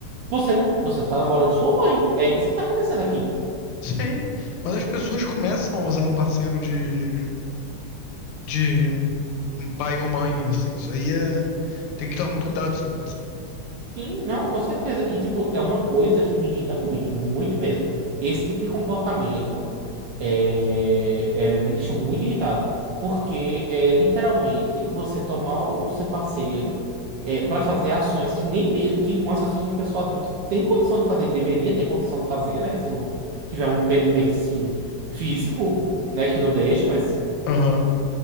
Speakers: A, on the right; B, on the left.
A: Você não, você não tá namorando sua mãe. É isso que tá acontecendo aqui.
B: Sim, mas as pessoas começam a usar o parceiro de, de pai ou mãe, assim. Isso aí é, tem que tomar muito cuidado pra isso não
A: Sim, não, com certeza. E, tipo, é uma coisa que me irrita muito, muito mesmo. Esse tipo de comportamento é, é- me deixa muito irritado. Porque é literalmente você tomar o seu parceiro é, para fazer ações que nem mesmo, que uma ações que uma pessoa adulta tem condição de fazer e deveria ter condição de fazer, né? Se não tiver um impedimento, assim, físico, né, que não deixe, mas.
B: Aham.